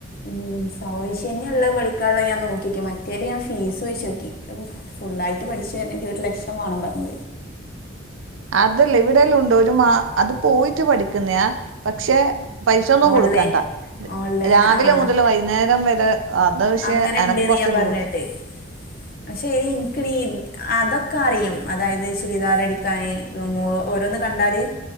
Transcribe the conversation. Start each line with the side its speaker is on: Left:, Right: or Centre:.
Left: ഉം സൗൈശന്യമുള്ളള്ള പഠിക്കാനുള്ള ഞാൻ നോക്കിക്ക് മറ്റേദ് ഞാൻ ഫീസ് ചൊയ്ചോകി ഫുുള്ളായിട്ട്ഠ പക്ഷേ ഒരു ലക്ഷം വേണം പറഞ്ഞ
Right: അതല്ല ഇവിടെയല്ലാം ഉണ്ടോ ഒരു മാ അത് പോയിട്ട് പഠിക്കുന്നയാാ പക്ഷെ പൈസൊന്നും
Left: ഓൺലൈൻ
Right: കൊടുക്കണ്ട
Left: ഓൺലൈൻ
Right: രാവിലെ
Left: ആഹ്
Right: മുതൽ വൈകുന്നേരം വരെ അത് പക്ഷെ
Left: അങ്ങനെ
Right: എനക്ക്
Left: ഇണ്ട്ന്ന്
Right: കൊറച്ച്
Left: ഞാൻ പറഞ്ഞിട്ട്
Right: ദൂര
Left: പക്ഷെ ഇനി എനക്ക്ി അതൊക്കെ ക്കെ അറിയും അതായത് ചുരിദാർ അടിക്കാാന്ോ ഓരോന്ന് കണ്ടാര്ല്